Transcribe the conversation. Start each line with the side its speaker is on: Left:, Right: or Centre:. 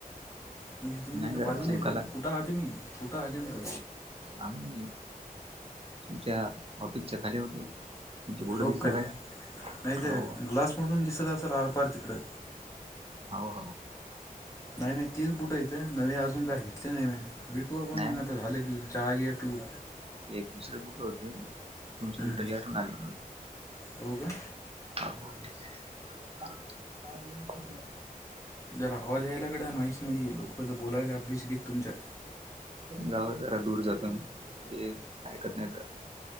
Left: म्हणजे तुम्ही
Right: नाही
Left: इथ
Right: जरा
Left: बाजूले.
Right: चमकाला
Left: कुठं आहा तुम्ही. कुठे आहा नेमक.
Right: आम्ही तुमच्या ऑफिसच्या खाली होतो. तुमचे बोट
Left: हो
Right: दिसले
Left: काय.
Right: बाहेर
Left: नाही ते.
Right: हो
Left: ग्लासमधून दिसत असेल. आरपार तिकडं.
Right: हाव हाव.
Left: नाही नाही तेच बूटयत. नवी अजून काय घेतले नाही म्या. भेटू
Right: नाही
Left: आपण. मग
Right: नाही
Left: आता झालं की. चहा घ्या पिऊ
Right: ते एक दुसरे बुट होते. तुमच्या
Left: हम्म
Right: बुटाची आठवण आली.
Left: हो का?
Right: हो <unintelligible>
Left: जरा आवाज यायला गड्या नॉईसमध्ये. लोकं बोलायला अभिजीकित <inaudible> तुमच्या.
Right: गावा जरा दूर जातून. हे ऐकत नाही त.